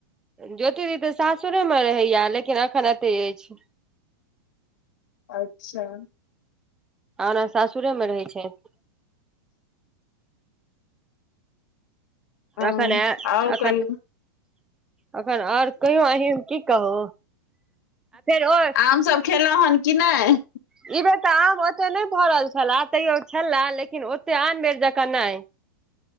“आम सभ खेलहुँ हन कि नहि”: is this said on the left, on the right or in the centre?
Left